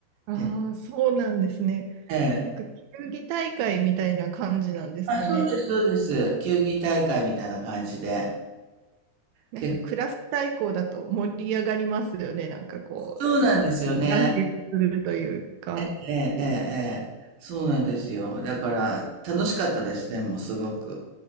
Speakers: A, on the right; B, on the right.
A: ああ、
B: え
A: そうなんですね。
B: え
A: なんか、球技大会みたいな感じなんですかね。
B: あ、そうです、そうです。球技大会みたいな感じで。
A: なんか、
B: け
A: クラス対抗だと盛り上がりますよね。なんかこう、
B: そうなんですよね。
A: 団結するというか。
B: ええ、ええ、ええそうなんですよ。だから、楽しかったですね、もうすごく。